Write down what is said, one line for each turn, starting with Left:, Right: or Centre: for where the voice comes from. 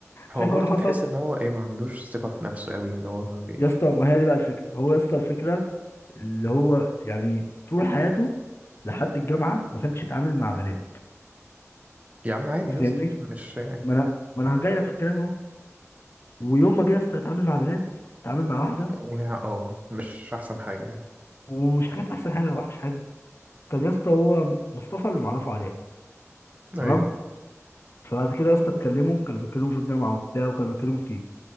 Right: هو
Left: في حوار
Right: برضه
Left: حصل
Right: تحس ان هو ايه ما عندوش ثقة في نفسه قوي اللي هو ما بي...
Left: يا اسطى ما هي دي بقى الفكره هو يا اسطى الفكره اللي هو يعني طول حياته لحد الجامعه ما كانش يتعامل مع بنات
Right: يا عم عادي يا
Left: فاهمني
Right: اسطى مش
Left: ما انا ما انا جاي لك في الكلام اهو ويوم ما جه يا اسطى يتعامل مع بنات اتعامل مع واحده
Right: ويا- اه مش احسن
Left: و-
Right: حاجة يعني
Left: ومش كانت احسن حاجه ولا وحش حاجه كان يا اسطى هو مصطفى اللي معرفه عليها تمام
Right: ايوه
Left: فبعد كده يا اسطى اتكلموا كانوا بيتكلموا في الجامعه وبتاع وكانوا بيتكلموا كتير